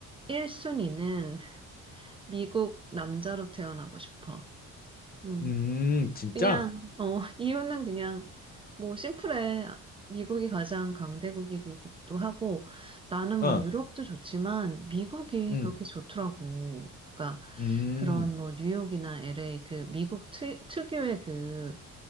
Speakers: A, on the right (about 15°); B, on the left (about 30°).
A: 1순위는 미국 남자로 태어나고 싶어. 음.
B: 음, 진짜?
A: 그냥, 어, 이유는 그냥, 뭐, 심플해. 미국이 가장 강대국이기도 하고, 나는
B: 어,
A: 뭐, 유럽도 좋지만, 미국이
B: 응,
A: 그렇게 좋더라고. 그러니까,
B: 음,
A: 그런 뭐, 뉴욕이나 LA, 그, 미국 특, 특유의 그,